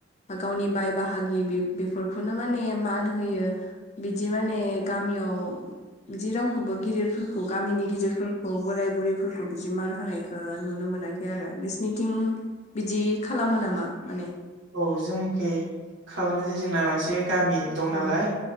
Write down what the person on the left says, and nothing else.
बा गावनि बाय बाहागि बि बेफोरखौनो माने मान होयो। बिदि माने गामियाव बिदि रावखौबो गिदिरफोरखौ गामिनि गिदिरफोरखौ बोराय बुरैफोरखौ बिदि मान होनायखो नुनो मोनाखै बे आरो नोंसिनिथिं बिदि खालामो नामा माने
अ
ओ